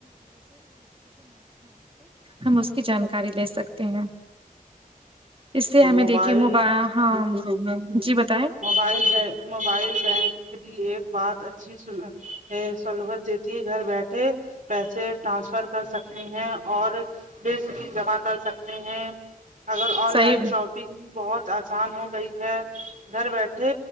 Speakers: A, on the right; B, on the right.
A: ہم اس کی جانکاری لے سکتے ہیں اس سے ہمیں
B: موبائل
A: دیکھیے مب ہاں جی بتائیں
B: موبائل موبائل بینک بھی ایک بات اچھی سلت گھر بیٹھے پیسے ٹرانسفر کر سکتے ہیں اور بس بھی جمع کر سکتے ہیں اگر آن
A: صحیح
B: لائن شاپنگ بھی بہت آسان ہو گئی ہے گھر بیٹھے